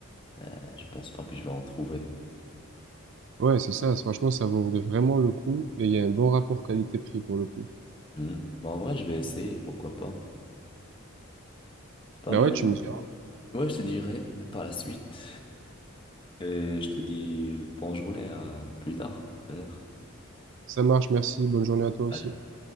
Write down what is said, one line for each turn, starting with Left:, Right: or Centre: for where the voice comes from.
Left: euh, je pense pas que je vais en trouver.
Right: Ouais, c'est ça. Franchement, ça vaut vraiment le coup et il y a un bon rapport qualité-prix pour le coup.
Left: Hmm. Mais en vrai, je vais essayer, pourquoi pas. Pas
Right: Bah
Left: mais...
Right: ouais, tu me diras.
Left: Ouais, je te dirai par la suite. Et je te dis bonne journée, à plus tard, peut-être.
Right: Ça marche, merci. Bonne journée à toi aussi.
Left: Allez.